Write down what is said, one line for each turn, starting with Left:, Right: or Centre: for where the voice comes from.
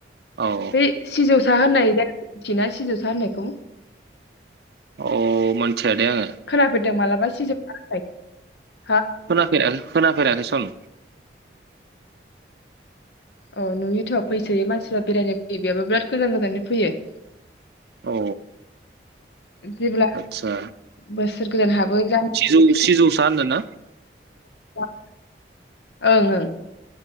Right: औ
Left: बे सिजौ साहा होननाय जाय मिथिना सिजौसा होननायखौ
Right: अ मोनथियादे आङो
Left: खोनाफेरदों <unintelligible>
Right: खोना फेरा खोनाफेराखै सन
Left: औ नुयोथ' फैसोयो मानसिफ्रा बेरायनो फैयो बेयावाबो बिराद गोजान गोजाननि फैयो
Right: औ
Left: जेब्ला
Right: आदसा
Left: बो सोर गोदान हाब बो गामिनि
Right: सिजौ सिजौसा होनदों ना
Left: <unintelligible> ओं ओं